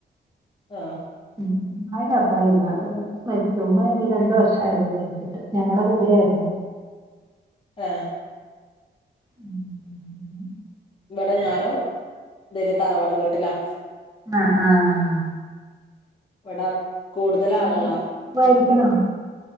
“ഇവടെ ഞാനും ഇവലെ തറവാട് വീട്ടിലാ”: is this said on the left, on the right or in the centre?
Left